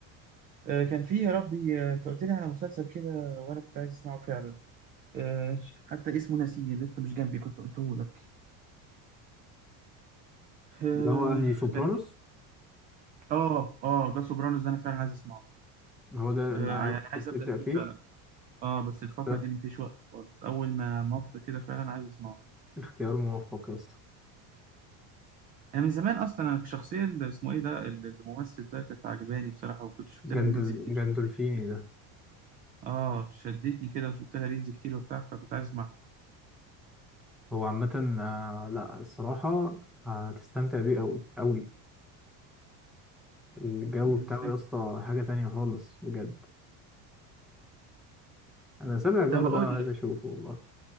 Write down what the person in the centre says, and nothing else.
اللي هو يعني سوبرانوس
هو ده اللي
عايز
تبدأ
فيه
ده
اختيار موفق يا اسطى
جندل
جندولفيني
ده
هو عامة آه، لا الصراحة هتستمتع بيه أوي أوي الجو
بتاعه
يا اسطى حاجة تانية خالص بجد أنا سابع جار
ده عايز
أشوفه والله